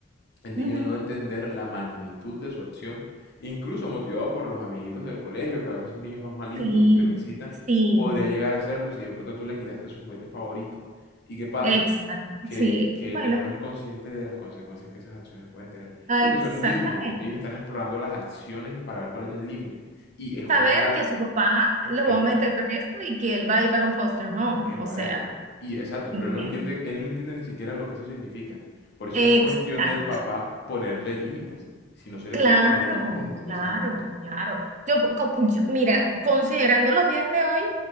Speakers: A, on the left; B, on the right.
A: el
B: Ujú,
A: niño al no entender la magnitud de su acción, incluso motivado por los amiguitos del colegio, que a veces son niños más malitos,
B: Sí,
A: que lo incitan,
B: sí,
A: podría llegar a hacerlo si de pronto tú le quitaste su juguete favorito. ¿Y qué pasa?
B: exacto,
A: Que,
B: sí.
A: que
B: Bueno,
A: él no es consciente de las consecuencias que esas acciones pueden tener.
B: ah,
A: Porque
B: exactamente.
A: son niños, ellos están explorando las acciones y para ver cuál es el límite. Y es,
B: Saber
A: es la...
B: que su papá lo
A: Epa,
B: va a meter preso y que él va a ir para un foster home,
A: Epa,
B: o sea,
A: epa. Y exacto,
B: ¿entiendes?
A: pero él no entiende, él no entiende ni siquiera lo que eso significa. Por eso
B: Exacto.
A: es cuestión del papá ponerle límites. Si no se le
B: Claro,
A: puede poner límites es un
B: claro,
A: desastre.
B: claro. Yo, co- yo- mira, considerando los días de hoy,